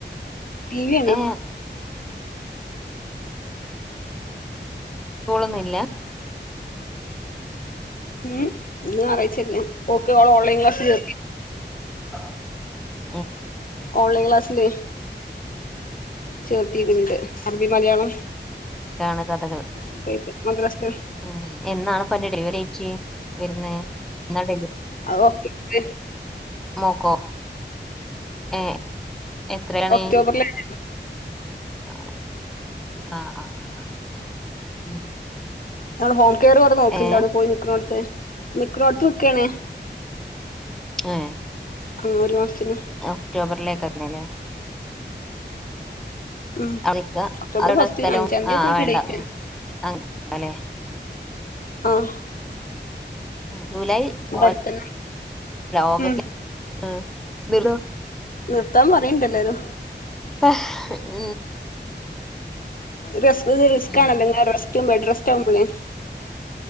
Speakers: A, on the left; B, in the centre.
A: ടി ക്കണ
B: ഏ സ്കൂളൊന്നുംല്ല
A: ഉംഇന് ഞാറയിച്ചല്ല ഓള ഓൺലൈൻ ക്ലാസ്സ്ർ
B: ആഹ്
A: ഓൺലൈൻ ക്ലാസില ചെർത്തിട്ടുണ്ട് അറബി മലയാളം
B: ആണ് കഥകൾ
A: ഒക്കായിട്ട് മദ്രസില്
B: ഉം ഉം എന്നാണ്പ്പ എന്റെ ഡെലിവറി ടെയിറ്റ് വരുന്നത് എന്നാണ് ഡെലിവ
A: അ ഒറ്റക്
B: മോക്കോ ഏ എത്രയാണ്
A: ഒക്ടോബറിലാണ്
B: അങ്ങനെ ആഹ് ആഹ് ആഹ് ഉം
A: ഞ ഹോംകെയർ കടെ നോക്കിണ്ടോണ്
B: ഏ
A: പോയി നിക്കണോടത്തെ നിക്കണോടത്ത് നിക്കണേ
B: ആഹ
A: ആ ഒരു മാസത്തിന്
B: ഒക്ടോബറിലേ കാരവര്ല്ലേ?
A: ഉം
B: അവിടെക്ക
A: ഒക്ടോബർ
B: അവിടെ
A: ഫസ്റ്റ്
B: സ്ഥലം
A: അഞ്ചാന്തിക്ക
B: ആഹ് വേണ്ട
A: ഐറ്റാഡേറ്റ്
B: ഉം അങ്ങനെല്ലേ
A: ആഹ
B: ജൂലൈ ഒ
A: അടുത്തന്നെ
B: ഓഗസ്റ്റ്
A: ഉം
B: ആഹ ന്നിട്ടാ
A: നിർത്താൻ പറയണ്ടല്ലേരു
B: ആ് ഉ
A: റിസ്ക് ഇത് റിസ്കണല്ലോ
B: ഉം
A: റെസ്റ്റ്ബഡ്രസ്റ്റ് ആകുമ്പോളേ